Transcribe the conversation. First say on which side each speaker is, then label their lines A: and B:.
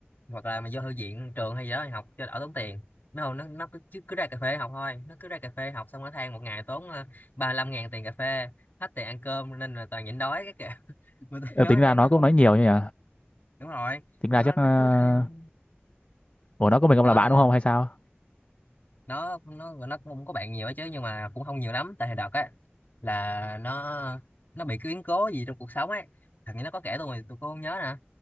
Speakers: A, on the left; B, on the left.
A: hoặc là mà vô thư viện trường hay gì đó thì học cho đỡ tốn tiền nó không nó nó cứ, chứ cứ ra cà phê học thôi nó cứ ra cà phê học xong nó than một ngày tốn ờ, ba mươi lăm ngàn tiền cà phê hết tiền ăn cơm nên là toàn nhịn đói cái kìa <laughs> mà tôi
B: Ờ,
A: nói
B: tính
A: nó
B: ra
A: nó
B: nó cũng
A: không
B: nói nhiều như nhỉ
A: đúng rồi
B: tính ra
A: nó
B: chắc
A: nó
B: ờ,
A: cứ than
B: ủa nó có mình ông
A: đó
B: là bạn
A: là
B: đúng không hay sao
A: nó nó nó cũng không có bạn nhiều ấy chứ nhưng mà cũng không nhiều lắm tại hồi đợt á là nó nó bị cái biến cố gì trong cuộc sống ấy thằng ấy nó có kể tôi mà tôi cũng không nhớ nè